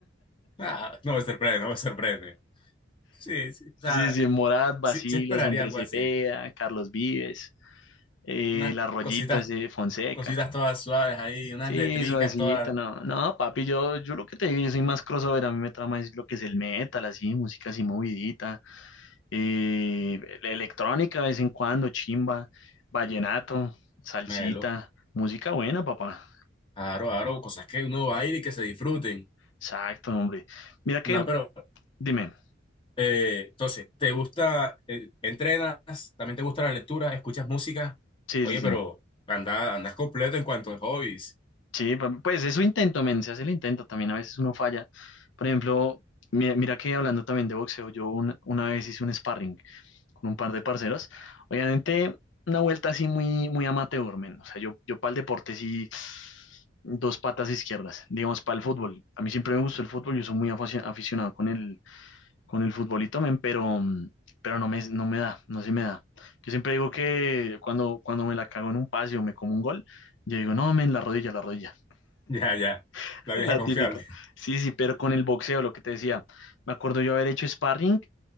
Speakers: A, on the left (about 30°); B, on the left (about 80°).
A: ah, no me sorprende, no me sorprende. Sí, sí, o sea,
B: Sí, sí, Morat, Bacilos,
A: sí, sí esperaría
B: Andrés
A: algo
B: Cepeda,
A: así.
B: Carlos Vives, eh,
A: Unas
B: Las Rollitas
A: cositas,
B: de Fonseca.
A: cositas todas suaves ahí, unas
B: Sí,
A: letricas
B: suavecito,
A: todas.
B: no. No, papi, yo, yo lo que te digo, yo soy más crossover, a mí me trama es lo que es el metal, así, música así movidita, eh, la electrónica de vez en cuando, chimba, vallenato, salsita,
A: Melo.
B: música buena, papá.
A: Aro, aro, cosas que uno va a ir y que se disfruten.
B: Exacto, hombre. Mira que,
A: No, pero
B: dime,
A: eh, entonces, ¿te gusta, eh, entrenas, también te gusta la lectura, escuchas música?
B: sí,
A: Oye,
B: sí, sí.
A: pero anda, andas completo en cuanto a hobbies. <laughs>
B: Sí, pa- pues eso intento, men, se hace el intento, también a veces uno falla. Por ejemplo, mi- mira que hablando también de boxeo, yo un- una vez hice un sparring con un par de parceros, obviamente una vuelta así muy, muy amateur, men, o sea, yo, yo para el deporte sí, dos patas izquierdas, digamos, para el fútbol, a mí siempre me gustó el fútbol, yo soy muy afaci- aficionado con el, con el futbolito, men, pero, mm, pero no me, no me da, no se me da. Yo siempre digo que cuando, cuando me la cago en un pase o me como un gol, yo digo, no, men, la rodilla, la rodilla.
A: Ya, ya,
B: <laughs>
A: la
B: La
A: vieja confiable.
B: típica. Sí, sí, pero con el boxeo, lo que te decía, me acuerdo yo haber hecho sparring,